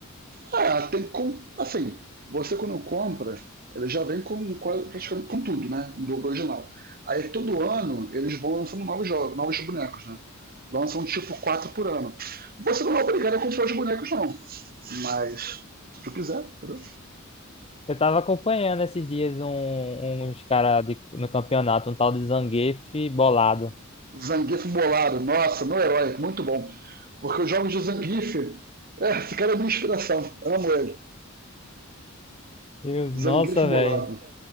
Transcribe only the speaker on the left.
Eu tava acompanhando esses dias um, uns caras no campeonato, um tal de Zangief bolado.
Eu, nossa,
velho.